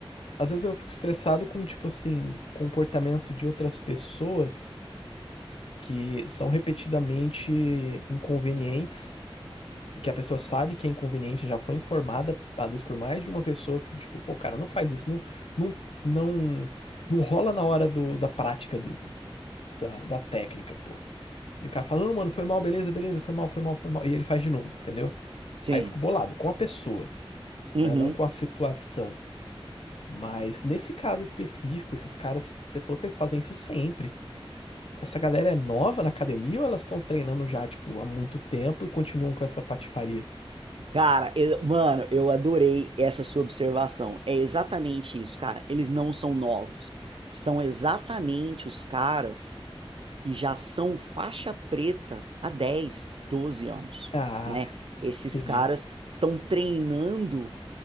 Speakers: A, on the left (about 75°); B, on the right (about 65°).
A: às vezes eu fico estressado com, tipo assim, comportamento de outras pessoas que são repetidamente inconvenientes e que a pessoa sabe que é inconveniente, já foi informada, às vezes por mais de uma pessoa que, tipo, pô, cara, não faz isso, não, não, não, não rola na hora do, da prática do, da, da técnica, pô. E o cara fala, não, mano, foi mal, beleza, beleza, foi mal, foi mal, foi mal. E ele faz de novo, entendeu?
B: Sim.
A: Aí eu fico bolado com a pessoa.
B: Uhum.
A: né? Não com a situação. Mas nesse caso específico, esses caras, você falou que eles fazem isso sempre. Essa galera é nova na academia ou elas estão treinando já, tipo, há muito tempo e continuam com essa patifaria?
B: Cara, eu- mano, eu adorei essa sua observação. É exatamente isso, cara. Eles não são novos. São exatamente os caras que já são faixa preta há dez, doze anos,
A: Ah,
B: né? Esses
A: entendi.
B: caras estão treinando